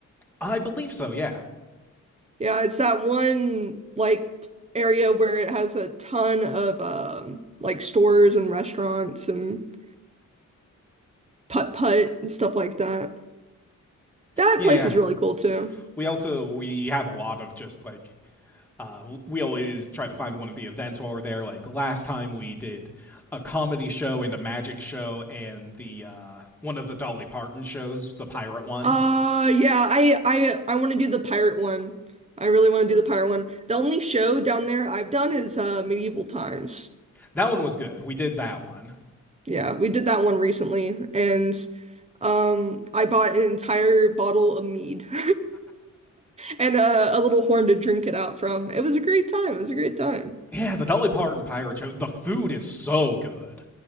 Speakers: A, in the centre; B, on the right.
A: I believe so. Yeah,
B: Yeah, it's that one like area where it has a ton of um like stores and restaurants and putt-putt and stuff like that. That
A: yeah.
B: place is really cool too.
A: We also we have a lot of just like uh, we always try to find one of the events while we're there. Like last time we did a comedy show and a magic show and the uh, one of the Dolly Parton shows, the pirate one.
B: Uh yeah, I I I want to do the pirate one. I really want to do the pirate one. The only show down there I've done is uh Medieval Times.
A: That one was good. We did that one.
B: Yeah, we did that one recently and Um, I bought an entire bottle of mead <laughs> and uh, a little horn to drink it out from. It was a great time. It was a great time.
A: Yeah, the Dolly Parton pirate show. The food is so good.